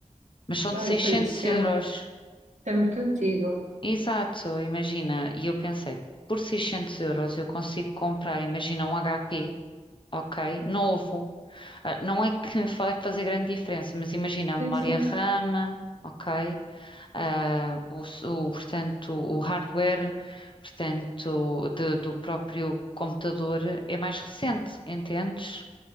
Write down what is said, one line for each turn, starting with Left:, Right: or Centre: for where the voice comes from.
Left: Mas são de
Right: Ah,
Left: 600
Right: e depois isso
Left: euros.
Right: É muito antigo.
Left: Exato, imagina. E eu pensei, por 600 euros eu consigo comprar, imagina, um HP, ok, novo. Ah, não é que vai fazer grande diferença, mas imagina a memória
Right: Sim, sim,
Left: RAM, ok, ah, o, s- o, portanto, o hardware, portanto, de- do próprio computador é mais recente, entendes?